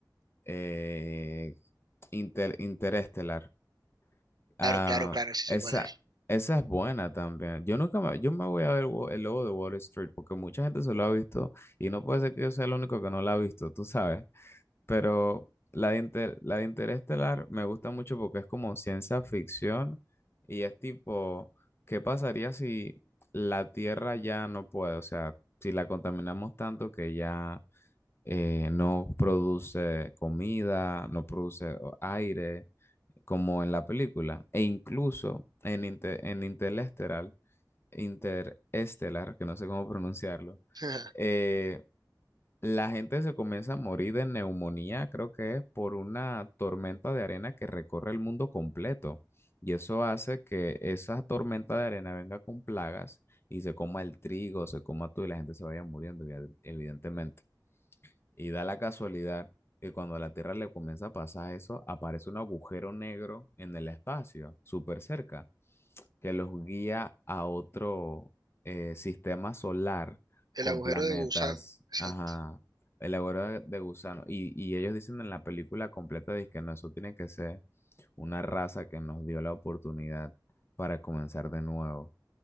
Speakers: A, on the left; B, on the right.
A: eh, Inter- Interestelar. Ah,
B: Claro, claro, claro, sí
A: esa,
B: sé cuál es.
A: esa es buena también. Yo nunca me, yo me voy a ver Wo- El Lobo de Wall Street porque mucha gente se lo ha visto y no puede ser que yo sea el único que no la ha visto, tú sabes. pero la de, Inter- la de Interestelar me gusta mucho porque es como ciencia ficción y es tipo, ¿qué pasaría si la Tierra ya no puede? O sea, si la contaminamos tanto que ya eh, no produce comida, no produce o- aire, como en la película. E incluso en, Inte- en Interestelar, Interestelar, que no sé cómo pronunciarlo
B: <laughs>
A: eh, la gente se comienza a morir de neumonía, creo que es por una tormenta de arena que recorre el mundo completo. Y eso hace que esa tormenta de arena venga con plagas y se coma el trigo, se coma todo y la gente se vaya muriendo, evi- evidentemente. Y da la casualidad que cuando a la Tierra le comienza a pasar eso, aparece un agujero negro en el espacio, súper cerca que los guía a otro eh, sistema solar
B: El
A: con
B: agujero
A: planetas,
B: de gusano, exacto.
A: ajá, elaborado de gusano. Y, y ellos dicen en la película completa, dice que no, eso tiene que ser una raza que nos dio la oportunidad para comenzar de nuevo.